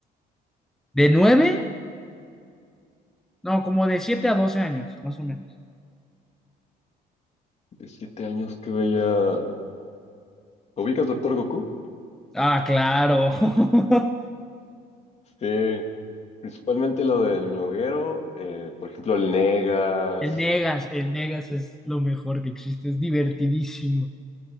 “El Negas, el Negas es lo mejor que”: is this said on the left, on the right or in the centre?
Centre